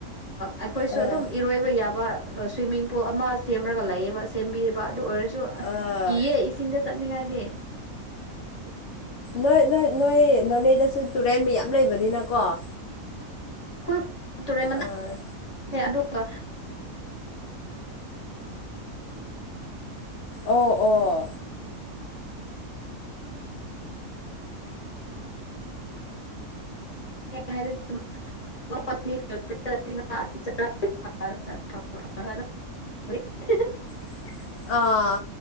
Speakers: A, on the left (about 25°); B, on the left (about 60°).
A: ꯑꯩꯈꯣꯏꯁꯨ
B: ꯑꯥ
A: ꯑꯗꯨꯝ ꯏꯔꯣꯏꯕ ꯌꯥꯕ ꯁ꯭ꯋꯤꯃꯤꯡ ꯄꯨꯜ ꯑꯃ ꯁꯦꯝꯃꯒ ꯂꯩꯕ ꯁꯦꯝꯕꯤꯌꯦꯕ ꯑꯗꯨ ꯑꯣꯏꯔꯁꯨ ꯑꯁ
B: ꯑꯥ
A: ꯀꯤꯌꯦ ꯏꯁꯤꯡꯗ ꯆ ꯉꯥꯏꯗꯦ
B: ꯅꯣꯏ ꯅꯣꯏ ꯅꯣꯏ ꯅꯣꯅꯦꯗꯁꯨ ꯇꯨꯔꯦꯟ ꯃꯌꯥꯝ ꯂꯩꯕꯅꯤꯅꯀꯣ <inaudible>
A: ꯍꯈꯣꯏ ꯇꯨꯔꯦ
B: ꯑꯥ
A: ꯑꯗꯨꯒ
B: ꯑꯣ ꯑꯣ
A: <inaudible> ꯍꯥꯏꯗꯤ <unintelligible> ꯍꯣꯏ
B: <inaudible> ꯑꯥ